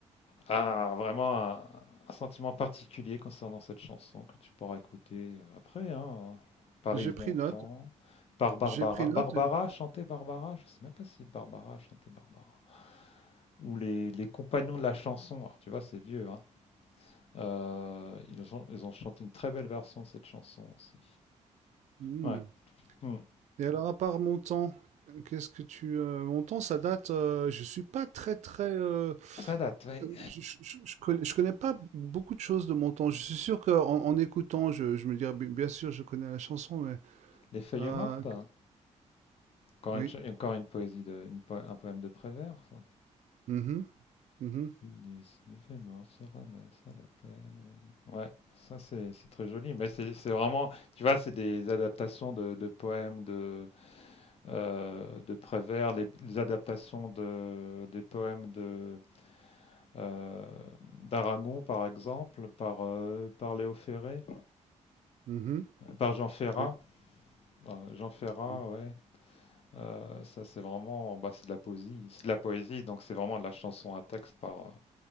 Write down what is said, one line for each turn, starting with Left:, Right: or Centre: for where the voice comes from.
Left: un- vraiment un, un sentiment particulier concernant cette chanson que tu pourras écouter après, hein, par
Right: J'ai
Left: Yves
Right: pris
Left: Montand.
Right: note.
Left: Par Barbara.
Right: J'ai pris note.
Left: Barbara
Right: et-
Left: chantait Barbara. Je sais même pas si Barbara chantait Barbara. où les, les compagnons de la chanson, alors tu vois, c'est vieux, hein, euh, ils, ont, ils ont chanté une très belle version de cette chanson aussi.
Right: hmm.
Left: Ouais. Hmm.
Right: Et alors, à part mon temps, qu'est-ce que tu... euh, mon temps, ça date... euh, je suis pas très, très... euh,
Left: Ça date, ouais.
Right: euh, je, je, je- je connais, je connais pas beaucoup de choses de mon temps. Je suis sûr qu'en en en écoutant, je, je me dirais, bi- bien sûr, je connais la chanson, mais...
Left: Les feuilles
Right: euh,
Left: mortes, hein. encore
Right: oui.
Left: une, cha- encore une poésie, de, une po- un poème de Prévert, ça.
Right: Mhm, mhm,
Left: Les feuilles mortes se ramassent à l'appel. Ouais, ça c'est c'est très joli, mais c'est c'est vraiment, tu vois, c'est des adaptations de, de poèmes de, euh, de Prévert, les, les adaptations de, des poèmes de euh, d'Aragon, par exemple, par, euh, par Léo Ferré,
Right: mhm,
Left: par Jean Ferrat.
Right: oui.
Left: Euh, Jean Ferrat,
Right: oui.
Left: ouais. Euh, ça, c'est vraiment bah, c'est de la poésie. C'est de la poésie, donc c'est vraiment de la chanson à texte par, euh,